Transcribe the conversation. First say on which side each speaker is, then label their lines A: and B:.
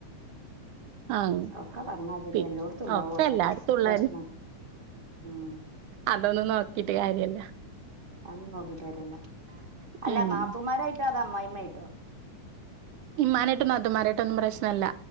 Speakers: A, on the right (about 75°); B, on the right (about 20°).
A: ആഹ
B: ഒക്കെ പറഞ്ഞാതിരി
A: പി
B: എല്ലോടത്തും ഉണ്ടാവും
A: ഒക്കെ
B: ഓരോ
A: എല്ലായിടത്തുംള്ള
B: പ്രശ്നം ഉം
A: അതൊന്നും നോക്കിട്ട് കാര്യല്ലേ
B: ആ നോക്കിട്ട്രില്ല അല്ല
A: ഉം
B: നാപ്പൂമാരായിട്ട് അത അമ്മായി ട്ടോ
A: ഇ്മാനായിട്ടൊന്നും അത്മാരായിട്ടൊന്നും പ്രശ്നമല്ല